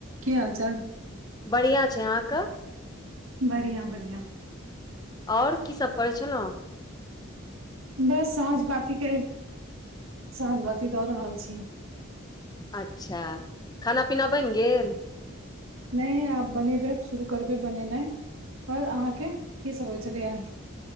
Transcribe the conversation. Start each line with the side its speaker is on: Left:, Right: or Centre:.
Right: की हाल- चाल।
Left: बढ़ियाँ छै अहाँके।
Right: बढ़िया -बढ़िया।
Left: ओर की सब करै छलहुँं।
Right: बस साँझ बाती के साँझ बाती दऽ रहल छी।
Left: अच्छा खाना- पीना बैन गेल।
Right: नै आब बनेबै शुरू करबै बनेनाइ ओर अहाँके। की सब होइ छलैएऽ।